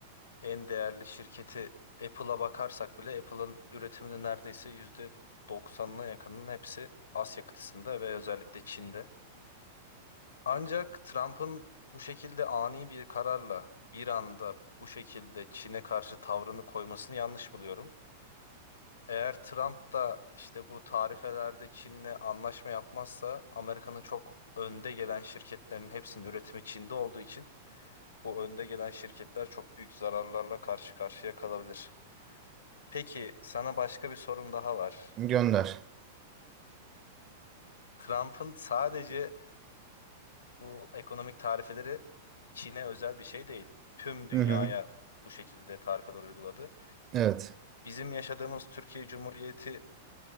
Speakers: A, on the left (about 80°); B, on the right (about 35°).
A: en değerli şirketi Apple'a bakarsak bile Apple'ın üretiminin neredeyse %90'ına yakınının hepsi Asya kıtasında ve özellikle Çin'de. Ancak Trump'ın bu şekilde ani bir kararla bir anda bu şekilde Çin'e karşı tavrını koymasını yanlış buluyorum. Eğer Trump da işte bu tarifelerde Çin'le anlaşma yapmazsa Amerika'nın çok önde gelen şirketlerin hepsinin üretimi Çin'de olduğu için bu önde gelen şirketler çok büyük zararlarla karşı karşıya kalabilir. Peki sana başka bir sorum daha var.
B: Gönder.
A: Trump'ın sadece bu ekonomik tarifeleri Çin'e özel bir şey değil. Tüm dünyaya
B: Hı hı.
A: bu şekilde tarifeler uyguladı.
B: Evet.
A: Bizim yaşadığımız Türkiye Cumhuriyeti